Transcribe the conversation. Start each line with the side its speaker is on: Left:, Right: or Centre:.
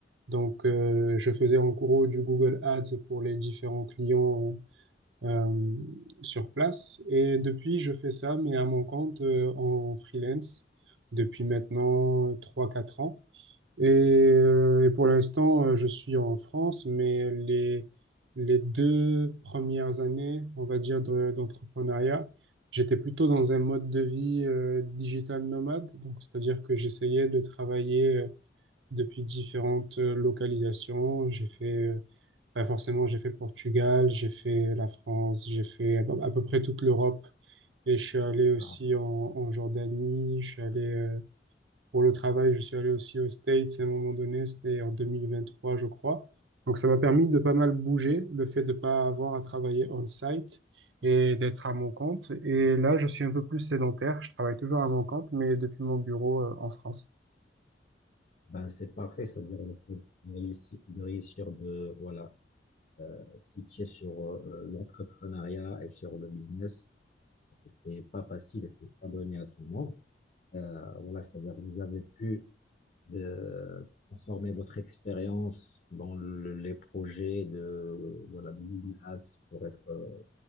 Right: Donc, euh, je faisais en gros du Google Ads pour les différents clients euh, sur place. Et depuis, je fais ça, mais à mon compte euh, en freelance depuis maintenant euh, trois quatre ans. Et, euh, et pour l'instant, euh, je suis en France, mais les, les deux premières années, on va dire, de- d'entrepreneuriat, j'étais plutôt dans un mode de vie euh, digital nomade. Donc, c'est-à-dire que j'essayais de travailler euh, depuis différentes euh, localisations. J'ai fait, euh, bah, forcément, j'ai fait le Portugal, j'ai fait la France, j'ai fait à peu à peu près toute l'Europe. Et je suis allé aussi
Left: Ah.
Right: en, en Jordanie, je suis allé euh, pour le travail, je suis allé aussi aux States à un moment donné, c'était en 2023, je crois. Donc ça m'a permis de pas mal bouger, le fait de pas avoir à travailler on-site et d'être à mon compte. Et là, je suis un peu plus sédentaire, je travaille toujours à mon compte, mais depuis mon bureau, euh, en France.
Left: Ben c'est parfait, c'est-à-dire le fait de réussir, de réussir de voilà Euh, ce qui est sur euh, euh, l'entrepreneuriat et sur le business, c'est pas facile et c'est pas donné à tout le monde. Euh, voilà, c'est-à-dire vous avez pu euh, transformer votre expérience dans le- les projets de euh, voilà de Google Ads pour être euh,